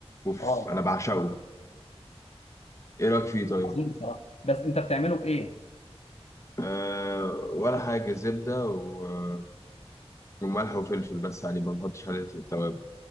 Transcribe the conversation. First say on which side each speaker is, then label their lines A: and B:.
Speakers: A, on the left; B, on the left.
A: اوف
B: اه
A: انا بعشقه ايه رايك فيه طيب
B: عظيم بصراحه بس انت بتعمله بايه؟
A: أه ولا حاجه زبده و- وملح وفلفل بس عليه ما بحطش عليه التوابل